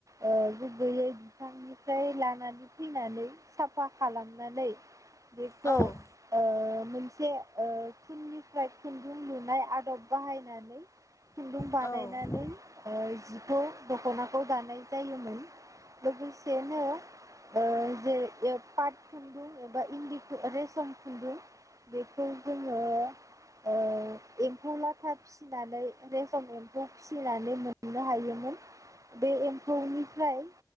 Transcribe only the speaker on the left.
औ औ
औ-औ-औ-औ-औ-औ-औ-औ